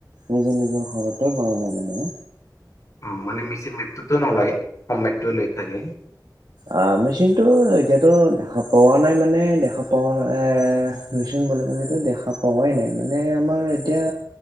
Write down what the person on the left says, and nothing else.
অ' মানে মেচিন মেটটোতো নোলায়, কম মেটটো লৈ থাকে।